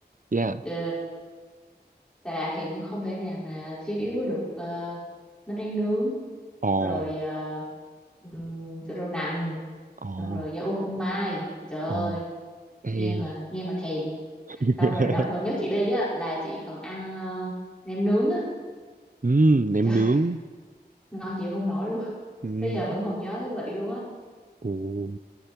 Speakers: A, on the right; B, in the centre.
A: Dạ.
B: ờ, Đà Lạt thì nó không thể nào mà thiếu được ờ, bánh tráng nướng
A: Ồ,
B: rồi ờ, ừm, chỗ đậu nành
A: ồ,
B: xong rồi da ô phô mai Ôi trời ơi
A: ồ. Em.
B: nghe mà nghe mà thèm
A: <laughs>
B: xong rồi đợt gần nhất chị đi á là chị còn ăn ờ, nem nướng á
A: Ừm, nem
B: trời
A: nướng.
B: ngon chịu không nổi luôn
A: Ừm,
B: tới giờ vẫn còn nhớ cái vị luôn á
A: ồ,